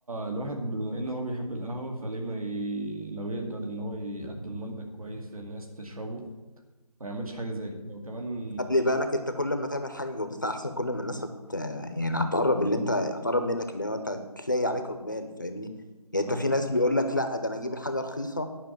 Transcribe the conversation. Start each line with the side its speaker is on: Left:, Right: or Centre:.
Right: الواحد بما إن هو بيحب القهوة فليه ما ي... لو يقدر إن هو يقدم منتج كويس للناس تشربه ما يعملش حاجة زي كده وكمان
Left: خلي بالك انت كل ما تعمل حاجه جودتها احسن كل ما الناس هت يعني هتقرب اللي انت هتقرب منك اللي هو انت هتلاقي عليك اقبال فاهمني يعني انت
Right: صح.
Left: في ناس بيقول لك لا ده انا اجيب الحاجه رخيصه